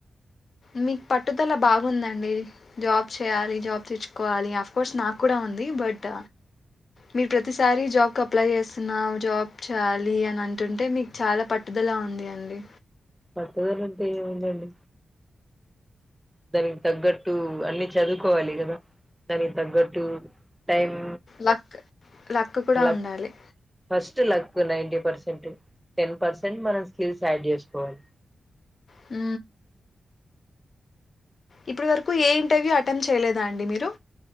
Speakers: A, on the left (about 50°); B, in the centre.
A: మీకు పట్టుదల బాగుందండి జాబ్ చేయాలి జాబ్ తెచ్చుకోవాలి ఆఫ్ కోర్స్ నాకు కూడా ఉంది బట్ మీరు ప్రతిసారి జాబ్ కి అప్లై చేస్తున్నా జాబ్ చేయాలి అని అంటుంటే మీకు చాలా పట్టుదల ఉంది అండి
B: పట్టుదల ఉంటే ఏముందండి దానికి తగ్గట్టు అన్ని చదువుకోవాలి కదా దానికి తగ్గట్టు టైమ్
A: లక్ కూడా
B: లక్
A: ఉండాలి.
B: First luck ninety percent ten percent మన స్కిల్స్ ఆడ్ చేసుకోవాలి
A: హు ఇప్పటి వరకు ఏ ఇంటర్వ్యూ అటెమ్ చేయలేదా అండి మీరు